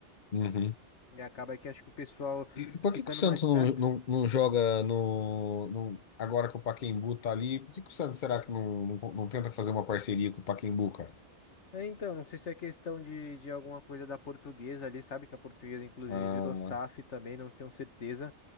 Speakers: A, on the left; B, on the left.
A: Uhum.
B: E acaba que acho que o pessoal
A: E por
B: ficando
A: que que o Santos
B: mais
A: não,
B: perto.
A: não, não joga no, no- Agora que o Pacaembu tá ali, por que que o Santos será que não, não, não tenta fazer uma parceria com o Pacaembu, cara?
B: É, então, não sei se é questão de, de alguma coisa da portuguesa ali, sabe? Que a portuguesa, inclusive,
A: Ah,
B: virou SAF também, não tenho certeza,